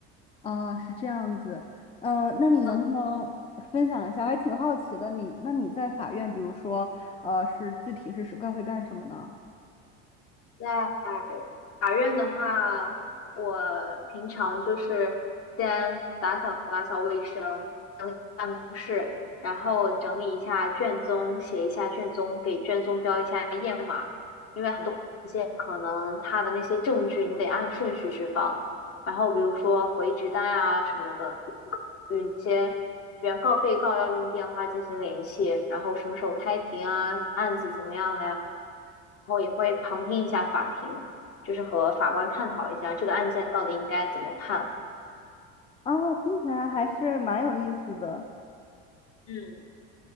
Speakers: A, on the left (about 20°); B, on the left (about 45°).
A: 啊，是这样子，呃，那你能不能分享一下？
B: 嗯，
A: 我还挺好奇的，你那你在法院，比如说，呃，是具体是是干会干什么呢？
B: 在法院的话，我平常就是先打扫打扫卫生，整理办公室，然后整理一下卷宗，写一下卷宗，给卷宗标一下页码，因为很多文件可能它的那些证据你得按顺序去放，然后比如说回执单啊什么的，有一些原告被告要用电话进行联系，然后什么时候开庭啊，案子怎么样了呀？然后也会旁听一下法庭，就是和法官探讨一下这个案件到底应该怎么判。
A: 啊，听起来还是蛮有意思的，
B: 嗯，